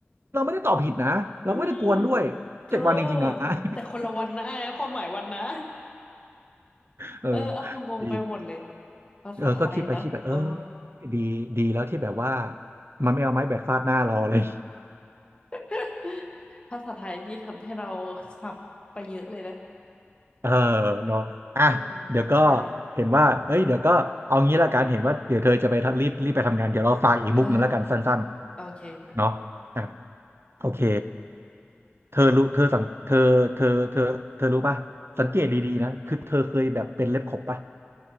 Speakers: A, on the right; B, on the left.
A: เราไม่ได้ตอบผิดนะ เราไม่ได้กวนด้วยเจ็ดวันจริงๆนะ
B: อืมเออ
A: <laughs>
B: แต่คนละวันนะความหมายวันนะ
A: เออ
B: เออเอางงไปหมดเลย
A: ดี
B: ภาษาไทยเนาะโอ้
A: เออก็คิดไปคิดไปเออดีดีแล้วที่แบบว่ามันไม่เอาไม้แบกฟาดหน้าเราเลย
B: <laughs> ภาษาไทยที่ทำให้เราขับไปเยอะเลยนะ
A: เออเนาะอ่ะเดี๋ยวก็
B: อืมใช่
A: เห็นว่าเอ้ยเดี๋ยวก็เอางี้ละกันเห็นว่าเดี๋ยวเธอจะไปทะรีบรีบไปทำงาน เดี๋ยวเราฝากอีกมุกหนึ่งละกันสั้นๆเนาะอ่ะ
B: เออโอเคมา
A: โอเคเธอรู้เธอสังเธอเธอเธอเธอรู้ป่ะสังเกตดีๆนะคือเธอเคยแบบเป็นเล็บขบป่ะ